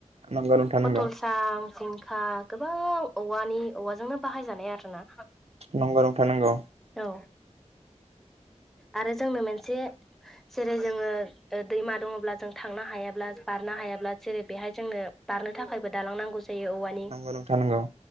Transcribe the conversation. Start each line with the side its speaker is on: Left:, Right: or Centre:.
Right: नंगौ नोंथां
Centre: फथलसां
Right: नंगौ
Centre: जिंखा गोबां औवानि औवाजोंनो बाहायजानाय आरोना
Right: नंगौ नोंथां नंगौ।
Centre: औ आरो जोंनो मोनसे जेरै जोङो दैमा दङब्ला जों थांनो हायाब्ला बारनो हायाब्ला जेरै बेहाय जोंनो बारनो थाखायबो दालांनांगौ जायो औवानि।
Right: नंगौ नोंथां नंगौ